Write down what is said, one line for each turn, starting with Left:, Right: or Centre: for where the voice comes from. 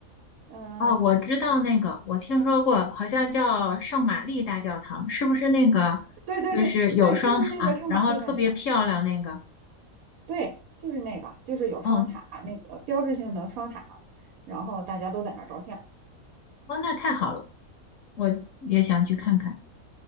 Right: 嗯、
Left: 哦，我知道那个，我听说过，好像叫圣玛丽大教堂，是不是那个？
Right: 对对对对，
Left: 就是有双塔，
Right: 就是那个圣玛丽大教堂。
Left: 然后特别漂亮那个。
Right: 对，就是那个，就是有双塔，
Left: 哦，
Right: 那个标志性的双塔，然后大家都在那儿照相。
Left: 哦，那太好了，我也想去看看